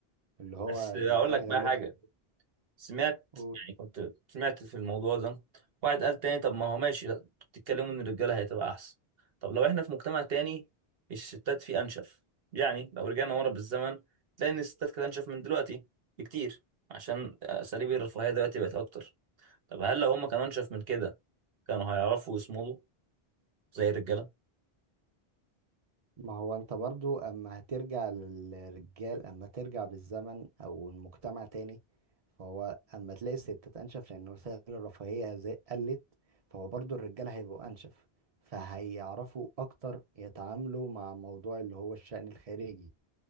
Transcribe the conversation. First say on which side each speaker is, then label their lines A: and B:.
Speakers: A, on the right (about 40°); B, on the right (about 65°).
A: اللي هو
B: بس
A: الرجاله
B: اقول لك
A: غالبا
B: بقى حاجه سمعت
A: قول
B: يعني كنت سمعت في الموضوع ده واحد قال تاني طب ما هو ماشي بتتكلموا ان الرجاله هتبقى احسن طب لو احنا في مجتمع تاني الستات فيه انشف يعني لو رجعنا ورا بالزمن تلاقي ان الستات كانت انشف من دلوقتي بكتير عشان اساليب الرفاهيه دلوقتي بقت اكتر طب هل لو هم كانوا انشف من كده كانوا هيعرفوا يصمدوا زي الرجاله
A: ما هو انت برضو اما هترجع للرجال اما ترجع بالزمن او المجتمع تاني فهو اما تلاقي الستات انشف لان وسائل الرفاهية زي- قلت فهو برضو الرجال هيبقوا انشف فهيعرفوا اكتر يتعاملوا مع موضوع اللي هو الشأن الخارجي